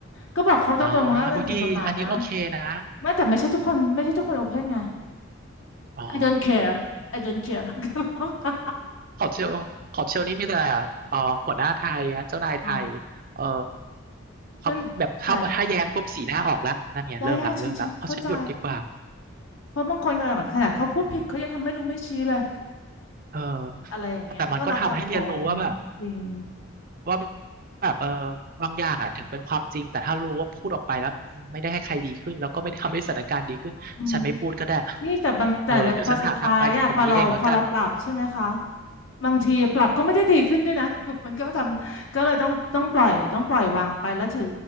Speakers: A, on the left; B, on the right.
A: ก็บอกเขาตรงๆว่ามันผิดกฎหมายนะ
B: อ่าอุ้ยดีอันนี้โอเคนะ
A: ไม่แต่ไม่ใช่ทุกคนไม่ใช่ทุกคนโอเพนไง
B: อ๋อ
A: I don't care I don't care <laughs>
B: ขอบเชลขอบเชลนี่มีแต่เอ่อหัวหน้าไทยนะเจ้านายไทยเออ
A: อ๋อ
B: เขาก็แบบถ้าถ้าแย้งปุ๊บสีหน้าออกแล้วนั่นไงเริ่มละเริ่มละเอาฉันหยุดดีกว่า
A: ฉันใส่ได้ได้จริงๆเข้าใจเพราะบางคนขนาดขนาดเขาพูดผิดเขายังทำไม่รู้ไม่ชี้เลย
B: เออ
A: อะไรอย่างเงี้ยก็แล้วแต่คน
B: แต่มันก็ทำให้เรียนรู้ว่าแบบ
A: จริง
B: ว่าแบบเออบางอย่างอ่ะถึงเป็นความจริงแต่ถ้ารู้ว่าพูดออกไปแล้วไม่ได้ให้ใครดีขึ้นแล้วก็ไม่ได้ทำให้สถานการณ์ดีขึ้นฉันไม่พูดก็ได้
A: อืมนี่แต่บางแต่พอสุดท้ายอ่ะพอเราพอเราปรับใช่ไหมคะ
B: เออเดี๋ยวฉันหาทางไปจากตรงนี้เองแล้วกัน
A: บางทีปรับก็ไม่ได้ดีขึ้นด้วยนะ <laughs> มันก็ทำก็เลยต้องต้องปล่อยต้องปล่อยวางไปแล้วถือ